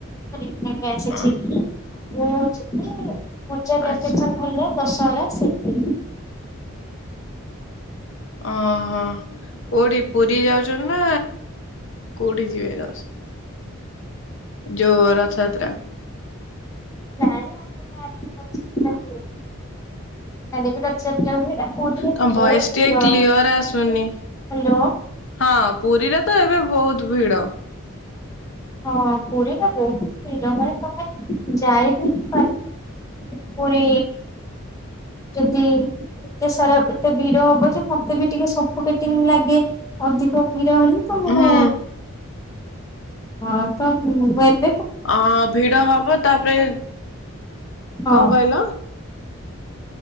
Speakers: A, on the left; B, on the left.
A: ମୁଁ ଏବେ ଆସିଛି
B: ଅଁ
A: ମୁଁ ଯିବି ପୂଜା ଭେକେସନ୍
B: ଆଚ୍ଛା
A: ହେଲେ। ଦଶହରା ସେଥିରେ ଯି
B: ଅଃ କୋଉଠି ପୁରୀ ଯାଉଚନ୍ତି ନା କୋଠିକି ଯିବା ୟସ୍ ଯୋଉ ରଥଯାତ୍ରା।
A: ନାଇଁ ଆମ ଗାଁରେ ରଥଯାତ୍ରା ହୁଏ। <unintelligible> ହୁଏ। ଆଉ ପୁରୀରେ
B: ତମ୍
A: ତ
B: ଭଏସ୍
A: ବହୁତ
B: ଟିକେ
A: ଭିଡ
B: କ୍ଲିୟର ଆସୁନି
A: ହ୍ୟାଲୋ।
B: ହଁ। ପୁରୀରେ ତ ଏବେ ବହୁତ୍ ଭିଡ।
A: ହଁ ପୁରୀ ତ ବହୁତ ଭିଡ ଜମାରୁ ତମେ ଯାଇ ହିଁ ପାରିବନି। ପୁରୀ ଯଦି ଏତେ ସାରା ଏତେ ଭିଡ ହବ ଯେ ମତେ ବି ଟିକେ ସଫୁକେଟିଙ୍ଗ‌ ଲାଗେ ଅଧିକ ଭିଡ଼ ହେଲେ ତ ମୁଁ
B: ହୁଁ
A: ହଁ ତ ମୁଁ ଏ
B: ଅ ଭିଡ ହବ ତାପରେ
A: ହଁ।
B: କଣ କହିଲ?